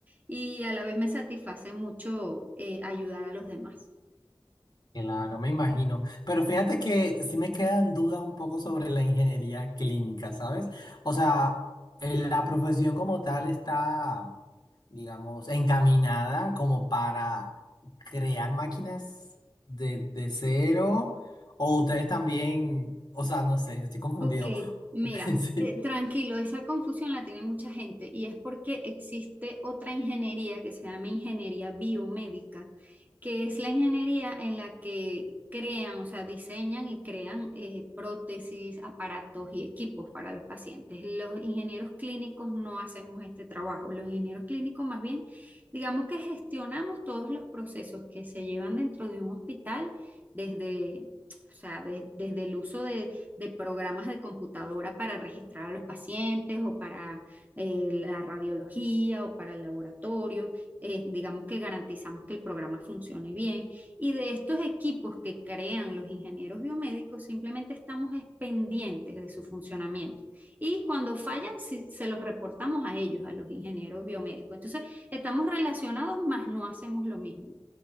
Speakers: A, on the right (about 20°); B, on the left (about 50°).
A: y a la vez me satisface mucho eh, ayudar a los demás.
B: Claro, me imagino. Pero fíjate que sí me quedan dudas un poco sobre la ingeniería clínica, ¿sabes? O sea, eh, la profesión como tal está, digamos, encaminada como para crear máquinas de, de cero. O ustedes también, o sea, no sé, estoy confundido.
A: Ok, mira,
B: <laughs> Sí.
A: eh, tranquilo, esa confusión la tiene mucha gente y es porque existe otra ingeniería que se llama ingeniería biomédica, que es la ingeniería en la que crean, o sea, diseñan y crean eh, prótesis, aparatos y equipos para los pacientes. Los ingenieros clínicos no hacemos este trabajo, los ingenieros clínicos más bien, digamos que gestionamos todos los procesos que se llevan dentro de un hospital desde... O sea, de- desde el uso de, de programas de computadora para registrar a los pacientes o para eh, la radiología o para el laboratorio. Eh, digamos que garantizamos que el programa funcione bien. Y de estos equipos que crean los ingenieros biomédicos, simplemente estamos pendientes de su funcionamiento. Y cuando fallan, si, se los reportamos a ellos, a los ingenieros biomédicos. Entonces, estamos relacionados, mas no hacemos lo mismo.